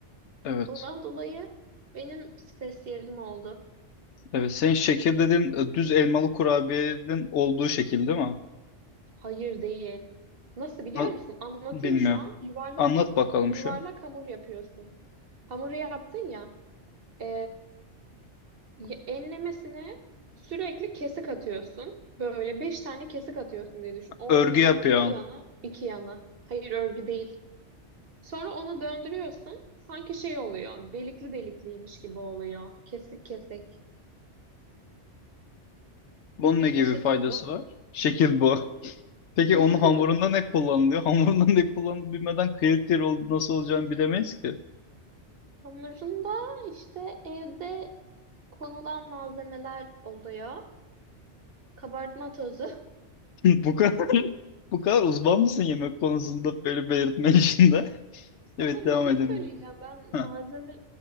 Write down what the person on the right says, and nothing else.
Ondan dolayı benim spesiyelim oldu.
Hayır değil. Nasıl biliyor
musun? Anlatayım
şu an. Yuvarlak
yuvarlak
hamur yapıyorsun. Hamuru yaptın ya. ee, Ya- Enlemesine sürekli kesik atıyorsun. Böyle beş tane kesik atıyorsun diye düşün. Ortaya,
iki yana, iki yana. Hayır örgü değil. Sonra onu döndürüyorsun. Sanki şey oluyor. Delikli delikliymiş gibi oluyor. Kesik kesik.
İşte
şekil
bu.
<laughs>
Hamurunda işte evde konulan malzemeler oluyor. Kabartma tozu.
<laughs> Sana
bir şey
söyleyeceğim. Ben
malzeme